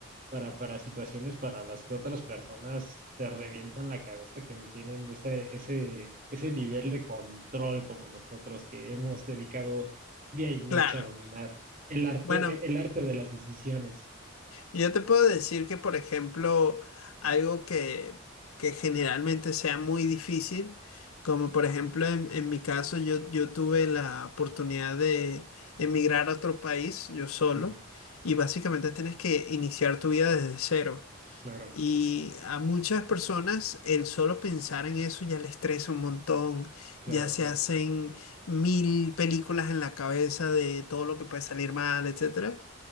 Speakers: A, on the right; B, on the left.
A: para, para situaciones para las que otras personas se revientan la cabeza que no tienen ese, ese, ese nivel de control como nosotros que hemos dedicado día y noche
B: claro.
A: a dominar el arte,
B: Bueno,
A: el arte de las decisiones.
B: Yo te puedo decir que, por ejemplo, algo que, que generalmente sea muy difícil, como por ejemplo en, en mi caso, yo, yo tuve la oportunidad de emigrar a otro país yo solo
A: Ujú,
B: y básicamente tienes que iniciar tu vida desde cero.
A: claro,
B: Y a muchas personas el solo pensar en eso ya les estresa un montón,
A: claro,
B: ya se
A: claro.
B: hacen mil películas en la cabeza de todo lo que puede salir mal, etc.